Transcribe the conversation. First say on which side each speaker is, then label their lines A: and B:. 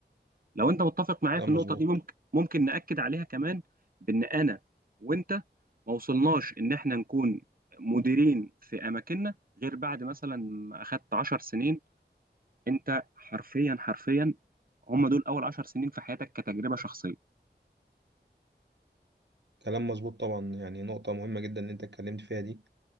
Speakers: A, on the right; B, on the right.
A: لو انت متفق معايا
B: كلام
A: في النقطه
B: مظبوط
A: دي ممكن ممكن ناكد عليها كمان بان انا وانت ما وصلناش ان احنا نكون مديرين في اماكننا غير بعد مثلا ما اخدت 10 سنين انت حرفيا حرفيا هم دول اول 10 سنين في حياتك كتجربه شخصيه
B: كلام مظبوط طبعا يعني نقطة مهمة جدا ان انت اتكلمت فيها دي